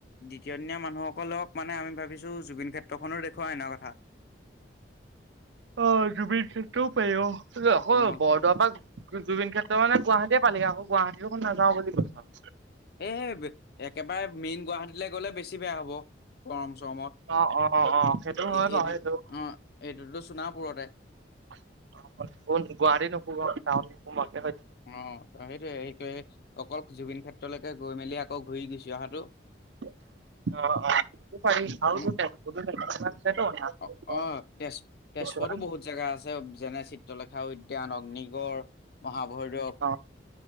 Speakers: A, on the left; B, on the right.
A: <unintelligible> মানুহসকলক মানে আমি ভাবিছো জুবিন ক্ষেত্ৰখনো দেখুওৱাই আনৰ কথা
B: অ জুবিন ক্ষেত্ৰও পাৰিব আকৌ
A: অ
B: বৰদোৱা জুবিন খেত্ৰ মানে গুৱাহাটীয়ে পালিগে আকৌ গুৱাহাটীখন নাযাওঁ বুলি কৈছা
A: এই একেবাৰে মেইন গুৱাহাটীলৈ গ'লে বেছি বেয়া হব গৰম গৰমত
B: অ অ অ অ সেইটো হয়
A: অ এ
B: বাৰু
A: এ
B: সেইটো
A: এটোটো সোনাপুৰতে
B: গুৱাহাটী <unintelligible>
A: অ সেইটো এইটো অকল জুবিন ক্ষেত্ৰলৈকে গৈ মেলি আকৌ ঘূৰি গুছি অহাটো
B: অ
A: হয়নে
B: অ
A: অ
B: <unintelligible>
A: অ তেজ তেজপুৰতো বহুত জেগা আছে যেনে চিত্ৰলেখা উদ্যান অগ্নিগড় মহাভৈৰৱ
B: অ